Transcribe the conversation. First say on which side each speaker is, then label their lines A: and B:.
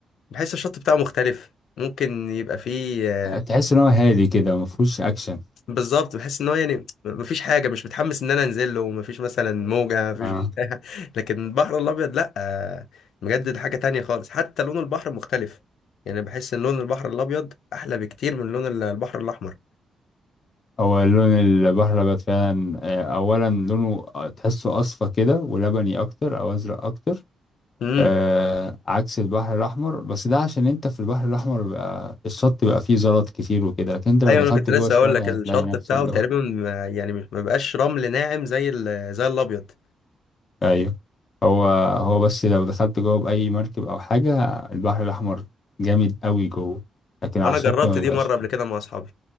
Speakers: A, on the left; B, on the left.
A: بحس الشط بتاعه مختلف ممكن يبقى فيه آه،
B: تحس ان هو هادي كده ما فيهوش اكشن
A: بالظبط بحس ان هو يعني ما فيش حاجه مش متحمس ان انا انزل له ما فيش مثلا موجه ما فيش
B: آه.
A: بتاع <laughs> لكن البحر الابيض لا آه، بجد ده حاجه تانية خالص حتى لون البحر مختلف يعني بحس ان لون البحر الابيض احلى بكتير من لون البحر الاحمر
B: هو لون البحلبات فعلا آه، أولا لونه تحسه أصفى كده ولبني أكتر أو أزرق أكتر
A: امم
B: آه عكس البحر الأحمر بس ده عشان أنت في البحر الأحمر بيبقى الشط بيبقى فيه زلط كتير وكده لكن أنت لو
A: ايوه
B: دخلت
A: انا كنت لسه
B: جوه شوية
A: اقول لك الشط
B: هتلاقي نفس
A: بتاعه
B: اللي
A: تقريبا
B: هو
A: ما- يعني مش- ما بقاش رمل ناعم زي ال- زي الابيض
B: أيوه هو هو بس لو دخلت جوه بأي مركب أو حاجة البحر الأحمر جامد قوي جوه لكن على
A: انا
B: الشط
A: جربت
B: ما بيبقاش
A: دي مره قبل
B: حلو.
A: كده مع اصحابي